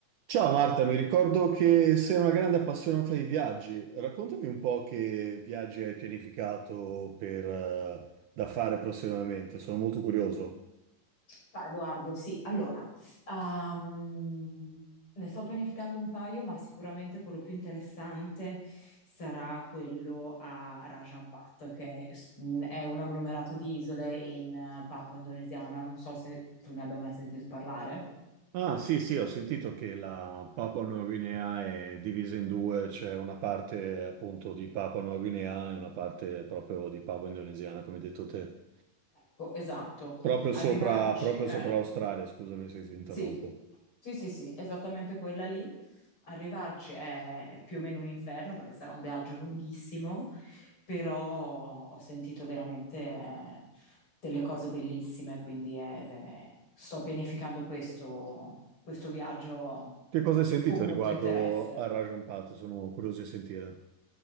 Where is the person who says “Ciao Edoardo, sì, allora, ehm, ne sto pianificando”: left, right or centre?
Left